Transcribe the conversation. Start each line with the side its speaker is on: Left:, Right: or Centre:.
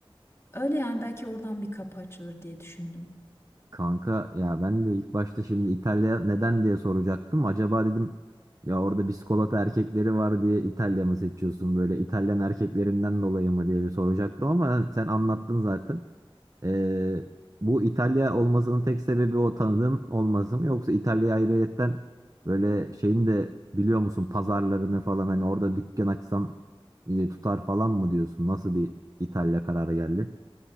Left: Öyle yani belki oradan bir kapı açılır diye düşündüm.
Right: Kanka ya ben de ilk başta şimdi İtalya neden diye soracaktım. Acaba dedim ya orada biskolata erkekleri var diye İtalya mı seçiyorsun böyle İtalyan erkeklerinden dolayı mı diye bir soracaktım ama sen anlattın zaten. Ee, bu İtalya olmasının tek sebebi o tanıdığım olması mı yoksa İtalya'ya ayrıyetten böyle şeyin de biliyor musun pazarlarını falan hani orada dükkan açsam iyi tutar falan mı diyorsun? Nasıl bir İtalya kararı geldi?